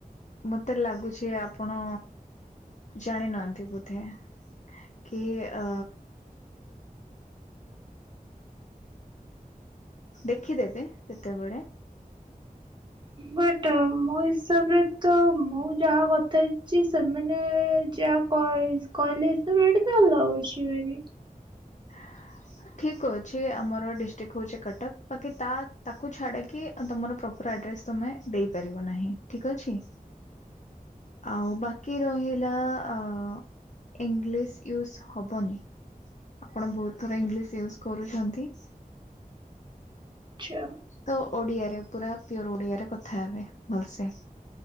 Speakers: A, on the left (about 50°); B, on the right (about 30°).
A: ମତେ ଲାଗୁଛି ଆପଣ ଜାଣିିନହାନ୍ତି ବଧେ କି ଅ ଦେଖିଦେବେ ସେତେବେଳେ।
B: ବଟ ମୋ ହିସାବ ରେ ତ ମୁଁ ଯାହା କଥା ହେଛି ସେମାନେ ଯାହା କହି କହିଲେ <unintelligible> ଆଲାଉ ଅଛିି ବୋଲି।
A: <inaudible> ଠିକ ଅଛି ଆମର ଡିଷ୍ଟ୍ରିକ ହଉଛି କଟକ ବାକି ତା ତାକୁ ଛାଡିକି ତ ତମର ପ୍ରପର ଆଡ୍ରେସ ତମେ ଦେଇପାରିବ ନାହିଁ ଠିକ ଅଛି। ଆଉ ବାକି ରହିଲା ଆ ଇଂଲିଶ ୟୁସ୍ ହବନି। ଆପଣ ବହୁତ ଥର ଇଂଲିଶ ୟୁସ୍ କରୁଛନ୍ତି।
B: ଆଚ୍ଛା।
A: ତ ଓଡିଆରେ ପୁରା ପିଓର ଓଡିଆରେ କଥା ହେବେ ଭଲସେ